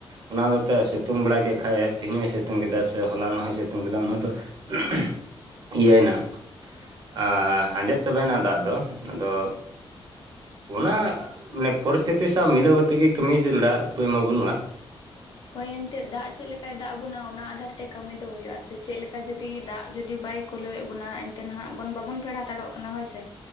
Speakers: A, on the right; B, on the left.
A: ᱚᱱᱟ ᱦᱚᱛᱮ, ᱥᱤᱛᱩᱝ ᱵᱟᱲᱟ ᱠᱮᱫ ᱠᱷᱟᱡ ᱮ, ᱛᱮᱦᱤᱧ ᱦᱚᱭ ᱥᱤᱛᱩᱝ ᱠᱮᱫᱟ, ᱥᱮ ᱦᱚᱞᱟᱱᱚᱜ ᱦᱚᱭ, ᱥᱤᱛᱩᱝ ᱠᱮᱫᱟ, ᱚᱱᱟ ᱫᱚ ᱚ-ᱦᱚ-ᱢ, ᱤᱭᱟᱹᱭᱼᱱᱟ ᱾ ᱟᱻ ᱟᱸᱡᱮᱫ ᱪᱟᱵᱟ ᱭᱮᱱᱟ ᱫᱟᱜ ᱫᱚ, ᱟᱫᱚ ᱚᱱᱟ
B: ᱦᱳᱭ
A: ᱢᱟᱱᱮ, ᱯᱚᱨᱤᱥᱛᱤᱛᱤ ᱥᱟᱶ ᱢᱤᱞᱟᱹᱣ ᱠᱟᱛᱮᱜ ᱜᱮ, ᱠᱟᱹᱢᱤ ᱡᱟᱨᱩᱲᱟ ᱩᱯᱟᱹᱭ ᱢᱟ, ᱵᱟᱹᱱᱩᱜᱼᱟ ᱾
B: ᱦᱳᱭ ᱮᱱᱛᱮᱫ, ᱫᱟᱜ ᱪᱮᱫ ᱞᱮᱠᱟᱭ ᱫᱟᱜ ᱟᱵᱚᱱᱟ, ᱚᱱᱟ ᱟᱫᱷᱟᱨ ᱛᱮ ᱠᱟᱹᱢᱤ ᱫᱚ ᱦᱩᱭᱩᱜᱼᱟ ᱥᱮ, ᱪᱮᱫ ᱞᱮᱠᱟ, ᱡᱩᱫᱤ ᱫᱟᱜ ᱡᱩᱫᱤ ᱵᱟᱭ ᱠᱩᱞᱟᱹᱣᱮᱫ ᱵᱚᱱᱟ, ᱮᱱᱛᱮ ᱱᱟᱦᱟᱜ ᱵᱚᱱ ᱵᱟᱵᱚᱱ ᱯᱮᱰ ᱦᱟᱛᱟᱲᱚᱜ ᱠᱟᱱᱟ, ᱦᱳᱭ ᱥᱮ,